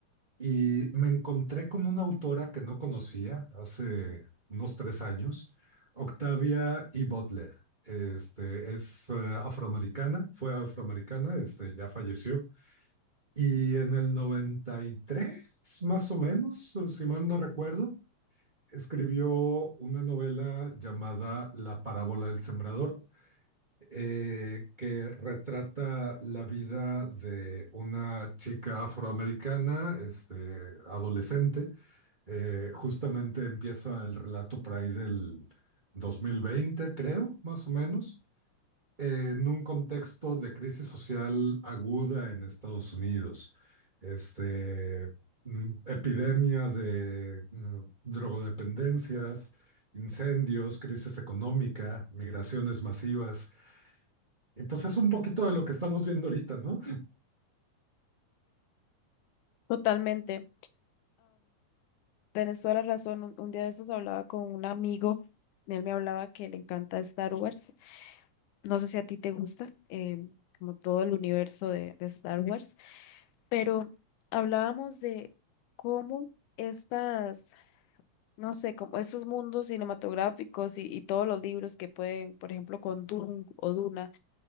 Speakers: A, on the right (about 20°); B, on the left (about 85°).
A: Y me encontré con una autora que no conocía hace unos tres años, Octavia E. Butler. Este, es eh, afroamericana, fue afroamericana, este, ya falleció. Y en el noventa y tres más o menos, si mal no recuerdo, escribió una novela llamada La parábola del sembrador, eh, que retrata la vida de una chica afroamericana, este, adolescente. Eh, justamente empieza el relato por ahí del dos mil veinte creo, más o menos en un contexto de crisis social aguda en Estados Unidos, este, mm, epidemia de mm, drogodependencias, incendios, crisis económica, migraciones masivas. Y pues es un poquito de lo que estamos viendo ahorita, ¿no?
B: Totalmente. Tenés toda la razón. Un, un día de esos hablaba con un amigo. Él me hablaba que le encanta Star Wars. No sé si a ti te gusta, em, como todo el universo de, de Star Wars, pero hablábamos de cómo estas, no sé, como esos mundos cinematográficos y, y todos los libros que pueden, por ejemplo, con Dune o Duna,